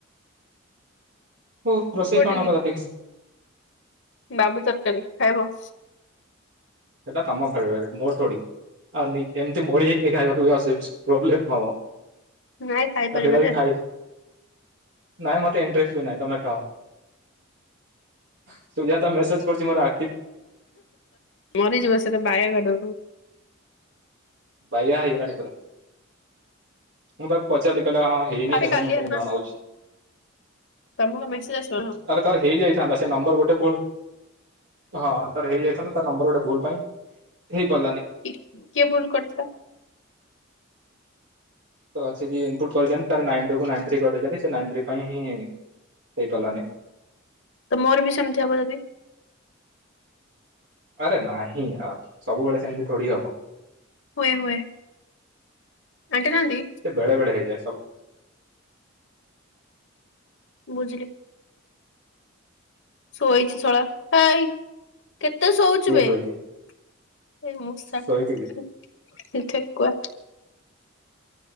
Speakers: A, on the right; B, on the left.
A: ହୁଁ ରୋଷେଇ
B: କୋଉଠିକି
A: କଣ ହବ ରାତିକି?
B: ବାବୁ ତରକାରୀ ଖାଇବ।
A: ସେଟା ତମ ଫେବରାଇଟ ମୋର ଥୋଡି। ଆଉ ଏମତି ମୋଡି ହେଇକି ଖାଇବାକୁ ବି ଅସ୍ ପ୍ରୋବ୍ଲେମ ହବ।
B: ନାଇଁ ଖାଇପାରିବ
A: ଆଉ ସେଇଟା ବି
B: ଯେ।
A: ଖାଇ ନାଇଁ ମତେ ଇଣ୍ଟରେଷ୍ଟ ବି ନାହିଁ ତମେ ଖାଅ। ତୁ ଯା ତ ମେସଜ କରୁଛି ମର ଆ
B: ମରିଯିବ ସେଟା ତ ବାଇଆ କରଦବ।
A: ବାଇଆ ହେଇଗଲାଣି ପୁରା, ମୁଁ ତାକୁ ପଚାରିଲି କହିଲା ହଁ ହେଇନି,
B: ତାପରେ
A: ହେଲେ
B: କାଲି
A: ମୁଁ ତମକୁ
B: ହେଲା
A: ଜଣଉଛି।
B: ତମକୁ ମେସେଜ ଆସିବ
A: ଆରେ ତାର ହେଇ ଯାଇଥାନ୍ତା ସେ ନମ୍ବର ଗୋଟେ ଭୁଲ ହଁ ତ ହେଇ ଯାଇଥାନ୍ତା ତାର ନମ୍ବର ଗୋଟେ ଭୁଲ ପାଇଁ ହେଇପାରିଲାନି
B: କିଏ କିଏ ଭୁଲ କରଥିଲା?
A: ତ ସେ ଯିଏ ଇନପୁଟ୍ କରିଛନ୍ତି ତାର ନାଇନ୍ ଟୁ କୁ ନାଇନ୍ ଥ୍ରୀ କରି ଦେଇଛନ୍ତି, ସେ ନାଇନ ଥ୍ରୀ ପାଇଁ ହିଁ ହେଇନି। ହେଇ ପାରଲାନି।
B: ତ ମୋର ବି ସେମତି ହବ ଯଦି।
A: ଆରେ ନାହିଁ ଆର ସବୁବେଳେ ସେମତି ଥୋଡି ହବ।
B: ହୁଏ, ହୁଏ। ଆଣ୍ଟି ନାହାନ୍ତି
A: ସେ ବେଳେ ବେଳେ ହେଇଯାଏ, ସବ
B: ବୁଝିଲି। ଶୋଇଛି ଶଳା ହେଇ କେତେ ଶୋଉଛୁ
A: କିଏ
B: ବେ।
A: ଶୋଇଛି।
B: ସେଇ ମୂଷାଟା
A: ଶୋଇଛି କି
B: ସେ ଠେକୁଆ।